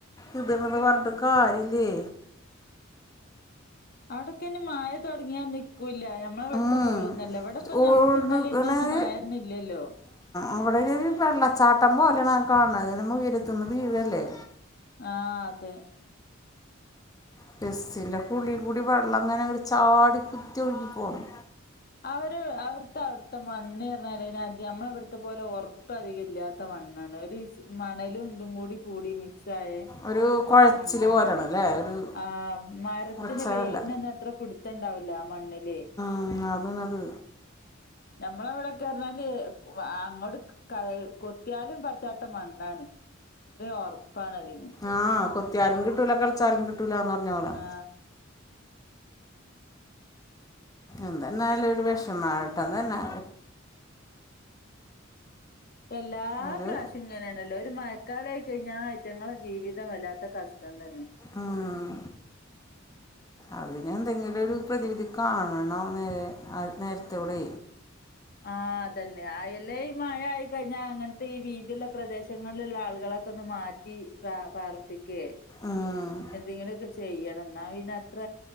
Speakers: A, on the left; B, on the left.
A: ഇത് ണ്ട്ന്ന് പറഞ്ഞ്ട്ടും കാര്യല്ലേ
B: അവിടൊക്കെ അയിന് മഴ തൊടങ്ങിയാ നിക്കുല്ല ഞ മ്മ ഇവിട്ത്തെ
A: ഉം.
B: പോലൊന്നു അല്ല ഇവിടെപ്പ
A: ഓടുകണത്
B: നമ്മുക്ക് ഇന്നലിം ഇന്നൊന്നും മഴൊന്നും ഇല്ലല്ലോ
A: അവിടൊരു വെള്ളച്ചാട്ടം പോലെയാണ് കാണുന്നത് അതിന് ഉയരത്ത് നിന്ന് വീഴല്ലേ
B: ആഹ് അതെ
A: ബസ്സിന്റൊകുള്ളിൽ കൂടി വെള്ളം ഇങ്ങനങ്ങട് ചാടി കുത്തി ഒഴികിപോണ്
B: ആ ഒരു അവട്ത്തെ അവട്ത്തെ മണ്ണ് അർഞ്ഞാല് നമ്മളെ ഇവിട്ത്തെ പോലെ ഒറപ്പ് അധികം ഇല്ലാ ത്ത മണ്ണാണ് ഒരു മണലും ഇതുംകൂടി കൂടി മിക്സായെ
A: ഒരു കുഴച്ചിൽ
B: മണ്ണാണത്
A: പോലെയാണ് അല്ലേ ഒരു
B: ആഹ് മരത്ത്ന്റെ
A: ഉറച്ചതല്ല
B: വേര്നൊന്നും അത്ര പുട് ത്തണ്ടാവുല ആ മണ്ണ്ല്
A: ഉം അതാണ് അത്
B: ഞമ്മളെ ഇവിടെക്കെ പറഞ്ഞാല് അങ്ങോട്ട് കൊത്തിയാലും പറ്റാ ത്ത മണ്ണാണ് അത്രിം ഉറപ്പാണ് അതിന്
A: ആഹ് കൊത്തിയാലും കിട്ടൂല കെളച്ചാലും കിട്ടൂല്ല എന്ന് പറഞ്ഞ പോലെ
B: ആ
A: എന്തന്നായാലു ഒരു വെഷമാ ഏട്ടൻ തന്നെ
B: എല്ലാ
A: ഒരു
B: പ്രാശ്യു ഇങ്ങനെയാണല്ലോ ഒരു മഴക്കാലായി കഴിഞ്ഞാൽ അയിറ്റങ്ങളെ ജീവിതം വല്ലാത്ത കഷ്ടം തന്നെ
A: ഉം. അതിന് എന്തെങ്കിലും ഒരു പ്രതിവിധി കാണണം നേരെ നേരത്തെവിടെ
B: ആഹ് അതെന്നെ അയല്ലേ ഈ മഴ ആയിക്കഴിഞ്ഞാൽ അങ്ങനത്തെ ഈ വീതിള്ള പ്രദേശങ്ങളില്ള്ള ആള്കളൊ ക്കൊന്ന് മാറ്റി പ്ര പാർപ്പിക്കേ
A: ആഹ്
B: എന്തെങ്കിലൊക്കെ ചെയ്യണം ഇന്നാ പിന്നത്ര